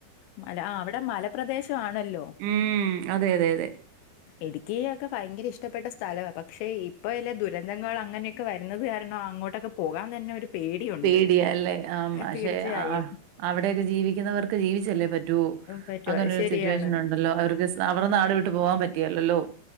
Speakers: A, on the left; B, on the right.
A: മല ആഹ് അവിടെ മലപ്രദേശ ആണല്ലോ
B: ഉം അതെ അതെ അതെ
A: ഇടുക്കി യൊക്കെ ഭയങ്കര ഇഷ്ടപ്പെട്ട സ്ഥലവാ. പക്ഷേ ഇപ്പോൾ എല്ല ദുരന്തങ്ങൾ അങ്ങനെയൊക്കെ വരുന്നത് കാരണം അങ്ങോട്ടൊക്കെ പോകാൻ തന്നെ ഒരു പേടിയുണ്ട്
B: പേടിയല്ലേ ആം പക്ഷെ
A: തീർച്ചയായും
B: ആഹ് അവിടെയൊക്കെ ജീവിക്കുന്നവർക്ക് ജീവിച്ചല്ലേ പറ്റൂ.
A: പറ്റുവ
B: അങ്ങനെ
A: അത്
B: ഒരു
A: ശരിയാണ്
B: സിറ്റുവേഷൻ ഉണ്ടല്ലോ അവർക്ക് അവറെ നാട് വിട്ടു പോവാൻ പറ്റികേലല്ലോ.